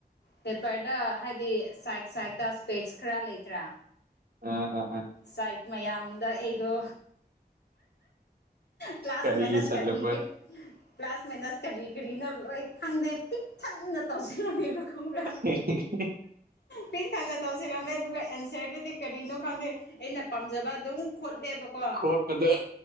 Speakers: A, on the left; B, on the right.
A: ꯄꯦꯄꯔꯗ ꯍꯥꯏꯗꯤ ꯁꯥꯏꯛ ꯁꯥꯏꯛꯇ ꯁ꯭ꯄꯦꯖ ꯈꯔ ꯂꯩꯇ꯭ꯔꯥ
B: ꯑ ꯑ ꯑ
A: ꯁꯥꯏꯛ ꯃꯌꯥꯝꯗ ꯑꯩꯗꯣ ꯄ꯭ꯂꯥꯁ
B: ꯀꯔꯤ
A: ꯃꯥꯏꯅꯁ
B: ꯆꯠꯂꯨꯕ
A: ꯀꯔꯤ ꯀꯤ ꯄ꯭ꯂꯥꯁ ꯃꯥꯏꯅꯁ ꯀꯔꯤ ꯀꯔꯤꯅꯣ ꯂꯣꯏ ꯈꯪꯗꯦ ꯄꯤꯛ ꯊꯟꯅ ꯇꯧꯁꯤꯜꯔꯝꯃꯦꯕꯥ ꯈꯪꯕ꯭ꯔꯥ
B: <unintelligible>
A: ꯄꯤꯛ ꯊꯟꯅ ꯇꯧꯁꯤꯔꯝꯃꯦ ꯑꯗꯨꯒ ꯑꯦꯟꯁꯔꯗꯨꯗꯤ ꯀꯔꯤꯅꯣ ꯈꯪꯗꯦ ꯑꯩꯅ ꯄꯥꯝꯖꯕ ꯑꯗꯨꯝ ꯈꯣꯠꯂꯦꯕꯀꯣ
B: ꯈꯣꯠꯄꯗꯣ